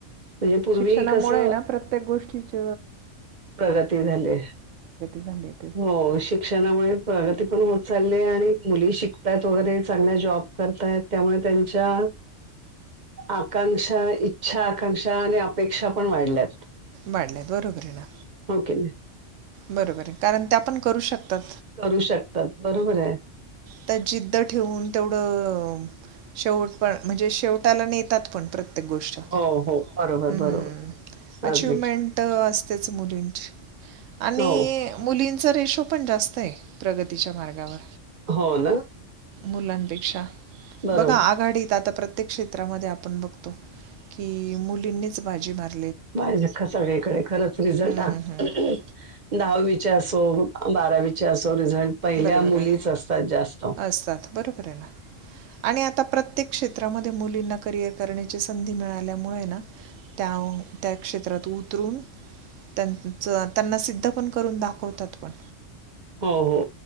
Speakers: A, on the right; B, on the right.
A: म्हणजे पूर्वी
B: शिक्षणामुळे
A: कसं
B: हैना प्रत्येक गोष्टीच
A: प्रगती झाली
B: झाली आहे ते.
A: हो शिक्षणामुळे प्रगती पण होत च चाल्लेय आणि मुली शिकतायत वगैरे चांगल्या जॉब करताय त्यामुळे त्यांच्या आकांक्षा इच्छा आकांक्षा आणि अपेक्षा पण वाढल्यात.
B: वाडल्यात बरोबर ये ना.
A: हो की नाही?
B: बरोबर आहे. कारण त्या आपण करू शकतात
A: करू शकतात. बरोबर आहे.
B: त्या जिद्द ठेवून तेवढं शेवट पण म्हणजे शेवटाला नेतात पण प्रत्येक गोष्ट
A: हो, हो. बरोबर,
B: हम्म
A: बरोबर.
B: अचिवमेंट
A: अगदी.
B: असतेच मुलींची. आणि
A: हो.
B: मुलींचा रेशो पण जास्त आहे प्रगतीच्या मार्गावर
A: हो ना?
B: मुलांपेक्षा
A: बरोबर.
B: बघा आघाडीत आता प्रत्य प्रत्येक क्षेत्रामध्ये आपण बघतो की मुलींनीच बाजी मार
A: माझिच का सगळीकडे खरंच रिझल्ट
B: हम्म,
A: आ
B: हम्म, हम्म.
A: दहावी च्या असो बारावीच्या असो रिझल्ट पहिल्या
B: बरोबर
A: मुलीच
B: आहे
A: असतात जास्त.
B: असतात बरोबर आहे ना. आणि आता प्रत्येक क्षेत्रामध्ये मुलींना करिअर करण्याची संधी मिळाल्यामुळे ना त्या त्या क्षेत्रात उतरून त्यांच त्यांना सिद्ध पण करून दाखवतात पण.
A: हो हो